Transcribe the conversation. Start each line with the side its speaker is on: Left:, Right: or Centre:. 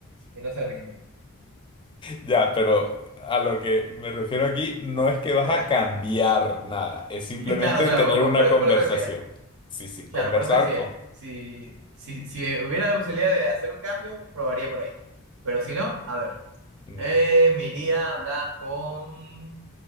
Right: que no se rinda.
Left: Ya, pero a lo que me refiero aquí no es que vas
Right: Ya.
Left: a cambiar nada, es simplemente
Right: <laughs> Claro, claro,
Left: tener
Right: por,
Left: una
Right: por eso
Left: conversación.
Right: por eso decía.
Left: Sí, sí,
Right: Claro,
Left: conversar
Right: por eso decía.
Left: con...
Right: Si, si, si hubiera la posibilidad de hacer un cambio, probaría por ahí. Pero si no, a ver.
Left: Mm,
Right: Eh, me iría a hablar con...